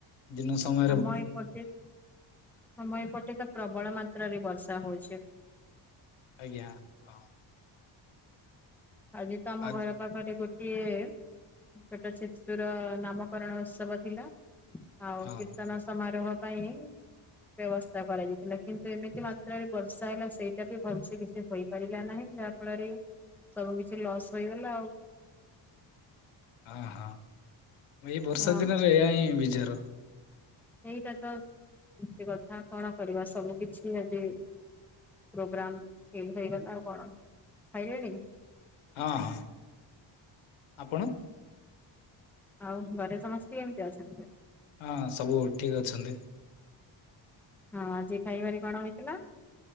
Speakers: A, on the left; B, in the centre.
A: ଦିନ ସମୟ
B: ଆମ ଏପଟେ ଆମ ଏପଟେ ତ ପ୍ରବଳ ମାତ୍ରାରେ ବର୍ଷା ହଉଚି।
A: ଆଜ୍ଞା। ହଁ
B: ଆଜି ତ ଆମ
A: ଆ
B: ଘର ପାଖରେ ଗୋଟିଏ ଛୋଟ ଶିଶୁର ନାମକରଣ ଉତ୍ସବ ଥିଲା। ଆଉ
A: ହଁ
B: କୀର୍ତ୍ତନ ସମାରୋହ ପାଇଁ ବ୍ୟବସ୍ଥା କରାଯାଇଥିଲା। କିନ୍ତୁ ଏମିତି ମାତ୍ରାରେ ବର୍ଷା ହେଲା ସେଇଟା ବି ଭଲସେ କିଛି ହୋଇ ପାରିଲା ନାହିଁ। ଯାହାଫଳରେ ସବୁ କିଛି ଲସ୍ ହେଇଗଲା ଆଉ।
A: ଆଁ ହଁ ଏଇ ବର୍ଷା
B: ହଁ
A: ଦିନରେ ଏହା ହିଁ ବିଜାର।
B: ଏଇଟା ତ ଏମିତି କଥା କଣ କରିବା ସବୁ କିଛି ଆଜି ପ୍ରୋଗ୍ରାମ ଫେଲ ହେଇଗଲା ଆଉ କଣ। ଖାଇଲେଣି?
A: ହଁ ହଁ ଆପଣ?
B: ଆଉ ଘରେ ସମସ୍ତେ କେମିତି ଅଛନ୍ତି?
A: ହଁ ସବୁ ଠିକ ଅଛନ୍ତି।
B: ହଁ ଆଜି ଖାଇବାରେ କଣ ହେଇଥିଲା?